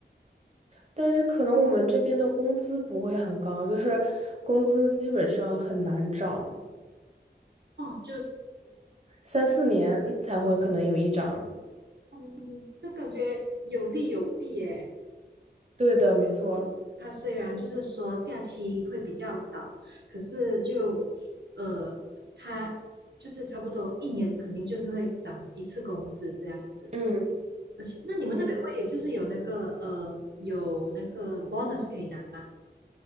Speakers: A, on the right; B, on the right.
A: 但是可能我们这边的工资不会很高，就是工资基本上很难涨，
B: <laughs> 哦，就
A: 三四年才会可能有一涨。
B: 嗯，就感觉有利有弊耶。
A: 对的，没错。
B: 它虽然就是说假期会比较少，可是就呃，它就是差不多一年肯定就是会涨一次工资这样子。
A: 嗯
B: 而且，那你们那边会有就是有那个呃有那个
A: 嗯，
B: bonus 可以拿吗？